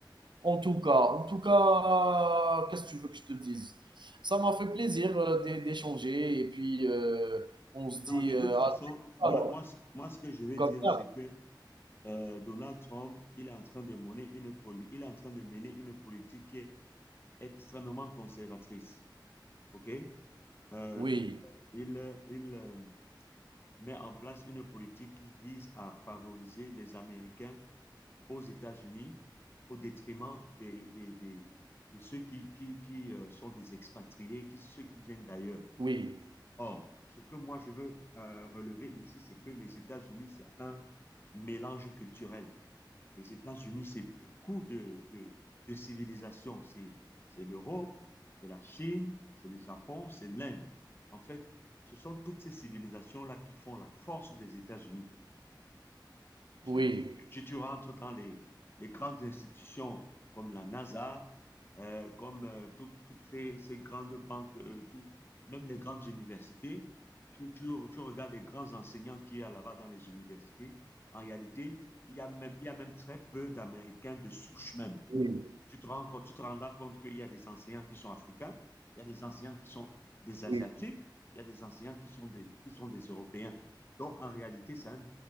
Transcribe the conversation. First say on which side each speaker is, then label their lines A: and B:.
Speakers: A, on the right (about 75°); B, on the left (about 30°).
A: En tout cas, en tout cas, qu'est-ce que tu veux que je te dise? Ça m'a fait plaisir euh, d'é- d'échanger et puis euh, on se
B: Non,
A: dit
B: de toute
A: euh,
B: façon,
A: à très vite
B: moi,
A: alors,
B: moi, ce- moi ce que je veux
A: comme
B: dire,
A: ça.
B: c'est que euh, Donald Trump, il est en train de mener une poli- il est en train de mener une politique qui est extrêmement conservatrice. OK? Euh,
A: Oui,
B: il, il, il, euh, met en place une politique qui vise à favoriser les Américains aux États-Unis au détriment des, des, des, de ceux qui, qui, qui euh, sont des expatriés, qui, ceux qui viennent d'ailleurs.
A: oui,
B: Or, ce que moi je veux euh, relever ici, c'est que les États-Unis, c'est un mélange culturel. Les États-Unis, c'est beaucoup de, de, de civilisations. C'est, c'est l'Europe, c'est la Chine, c'est le Japon, c'est l'Inde. En fait, ce sont toutes ces civilisations-là qui font la force des États-Unis. Tu,
A: oui,
B: tu- tu- tu rentres dans les, les grandes institutions comme la NASA, euh, comme euh, tout- toutes ces, ces grandes banques, euh, tout- même les grandes universités. Tu, tu- tu regardes les grands enseignants qu'il y a là-bas dans les universités. En réalité, il y a même, il y a même très peu d'Américains de souche même
A: oui,
B: tu te, rends, compte, tu te rendras compte qu'il y a des enseignants qui sont africains, il y a des enseignants qui sont des Asiatiques,
A: oui,
B: il y a des enseignants qui sont des, qui sont des Européens. Donc, en réalité, c'est un,